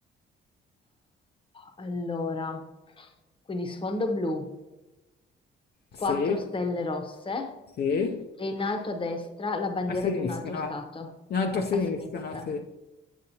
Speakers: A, on the left; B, on the left.
A: Allora, quindi sfondo blu, quattro
B: Sì,
A: stelle rosse
B: sì,
A: e in alto a destra la bandiera
B: a sinistra.
A: di un altro stato,
B: In alto a sinistra,
A: a sinistra.
B: sì.